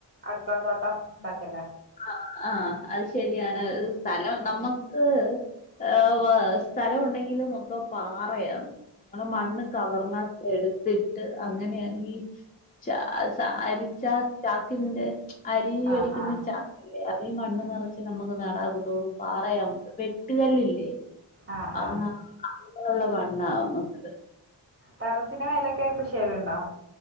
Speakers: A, on the right; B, on the left.
A: അട്ക്കള തോട്ടംണ്ടാക്കല്ലേ
B: ആഹ് ആഹ് അത്ശരിയാണ് സ്ഥലം നമ്മക്ക് ഹ് വ സ്ഥലംഉണ്ടെങ്കിലും മൊത്തം പാറയാണ് ങ്ങള് മണ്ണ് കവർന്നത്തി എടുത്തിട്ട് അങ്ങനെയ ഈ ച ഹ് സ അരിച്ച ചാക്കിന്റെ അരി
A: ആഹ്
B: വേടിക്ക്ന്ന
A: ആഹ്
B: ചാക്കിന്റെ ല്ലെ അതി ഈ മണ്ണ് നറച്ച് നമുക്ക് നടാഒക്കത്തോള്ളൂ പാറയാമൊത്തം വെട്ടുകല്ലില്ലേ
A: ആഹ് ആഹ്
B: അങ്ങ അങ്ങനള്ള മണ്ണാ നമക്ക്
A: ടെറസ്ന്റെ മേലൊക്കെ കൃഷിയ്യലുണ്ടോ